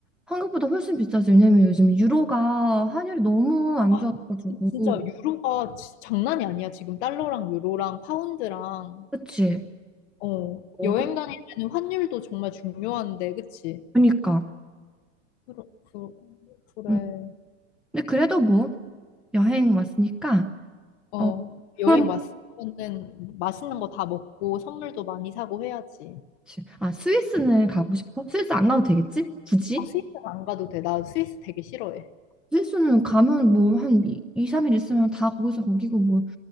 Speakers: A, in the centre; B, on the left.
A: 한국보다 훨씬 비싸지. 왜냐면 요즘 유로가 환율이 너무 안
B: 아,
A: 좋아가지고.
B: 진짜 유로가 지- 장난이 아니야. 지금 달러랑 유로랑 파운드랑,
A: 그치?
B: 어,
A: 어,
B: 여행
A: 그-
B: 다닐 때는 환율도 정말 중요한데, 그치?
A: 그러니까.
B: 그러, 그, 그래.
A: 음. 근데 그래도 뭐 여행 왔으니까.
B: 어,
A: 어,
B: 여행
A: 그럼
B: 왔으면은 맛있는 거 다 먹고 선물도 많이 사고 해야지.
A: 그치. 아 스위스는 가고 싶어? 스위스 안 가도 되겠지? 굳이?
B: 아, 스위스는 안 가도 돼. 나 스위스 되게 싫어해.
A: 스위스는 가면 뭐 한 2, 3일 있으면 다 거기서 거기고 뭐